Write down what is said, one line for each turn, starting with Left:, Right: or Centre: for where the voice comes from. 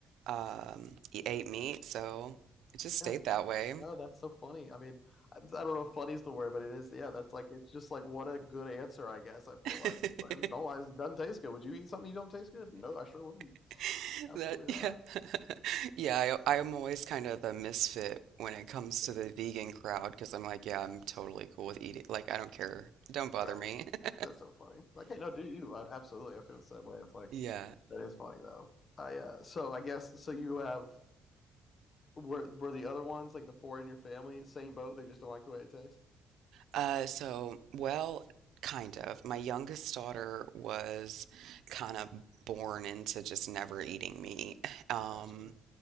Right: um, e- ate meat, so it just stayed
Left: Yeah,
Right: that way.
Left: No, that's so funny. I mean, I I don't know if funny is the word, but it is. Yeah, that's like it's just like what a good answer, I guess. I feel
Right: <laughs>
Left: like It's like, no, it doesn't taste good. Would you eat something you don't taste good? No, I sure wouldn't.
Right: <laughs>
Left: Absolutely
Right: That, yeah.
Left: not.
Right: <laughs> Yeah, I, I'm always kind of the misfit when it comes
Left: Yeah,
Right: to the vegan crowd because I'm like, yeah, I'm totally cool with eating. Like, I don't care. Don't bother
Left: right.
Right: me. <laughs>
Left: That's so funny. Like, hey, no, do you? I, absolutely, I feel the same way. It's like
Right: Yeah.
Left: that is funny though. I uh, so I guess so. You have were were the other ones like the four in your family same boat? They just don't like the way it tastes.
Right: Uh, so, well, kind of. My youngest daughter was kind of born into just never eating meat. Um,
Left: Gotcha.